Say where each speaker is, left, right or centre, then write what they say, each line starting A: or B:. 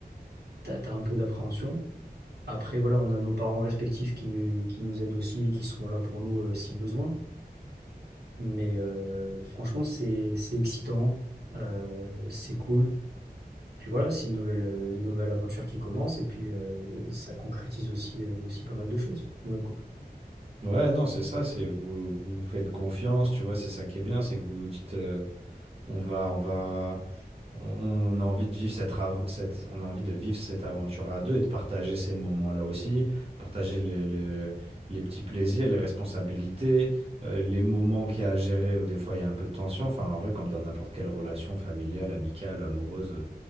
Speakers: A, on the right; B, on the right.
A: t'as, t'as un peu d'appréhension. Après, voilà, on a nos parents respectifs qui nous, qui nous aident aussi et qui seront là pour nous, euh, si besoin. Mais euh, franchement, c'est, c'est excitant, euh, c'est cool. Puis voilà, c'est une nouvelle, euh, une nouvelle aventure qui commence et puis euh, ça concrétise aussi, euh, aussi pas mal de choses dans notre couple.
B: Ouais, non, c'est ça, c'est vous, vous faites confiance, tu vois, c'est ça qui est bien, c'est que vous vous dites. euh, On va, on va, on, on a envie de vivre cette, av- cette- on a envie de vivre cette aventure à deux et de partager ces moments-là aussi, partager le- le- les petits plaisirs, les responsabilités, euh, les moments qu'il y a à gérer où des fois il y a un peu de tension. Enfin, en vrai, comme dans n'importe quelle relation familiale, amicale, amoureuse, euh,